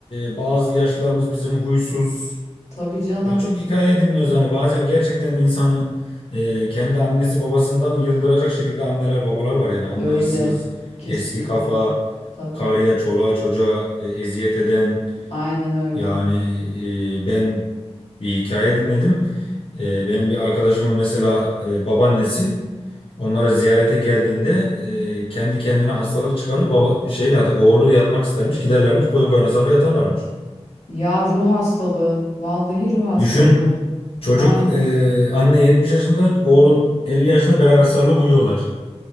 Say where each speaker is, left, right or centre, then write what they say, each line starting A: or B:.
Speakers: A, on the left; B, on the left.
A: e, bazı yaşlarımız bizim huysuz.
B: Tabii canım.
A: E, çok hikaye dinliyoruz. Hani bazen gerçekten insanı e, kendi annesi babasından yıldıracak şekilde anneler babalar var. Yani anlayışsız,
B: Öyle. Kesinlikle.
A: eski kafa,
B: Tabii.
A: karıya, çoluğa, çocuğa e, eziyet eden.
B: Aynen öyle.
A: Yani e, ben bir hikaye dinledim. E, benim bir arkadaşımın mesela e, babaannesi Onlara ziyarete geldiğinde e, kendi kendine hastalık çıkarır. Baba şeyle yata- oğluyla yatmak istermiş. Giderlermiş koyun koyuna sarılı yatarlarmış.
B: Ya ruh hastalığı. Vallahi ruh hastalığı.
A: Düşün çocuk
B: Aynen.
A: e, anne 70 yaşında oğlun 50 yaşında beraber sarılıp uyuyorlar.